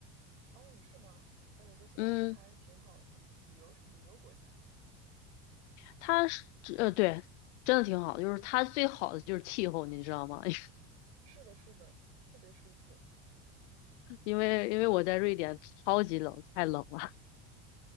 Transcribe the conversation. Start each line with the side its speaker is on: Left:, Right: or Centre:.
Right: 哦，是吗？哎，我觉得西班牙还挺好的，
Left: 嗯，
Right: 旅游旅游国家。
Left: 它是呃对，真的挺好的，就是它最好的就是气候，你知道吗？<laughs>
Right: 是的，是的，特别舒服。
Left: 因为因为我在瑞典超级冷，太冷了。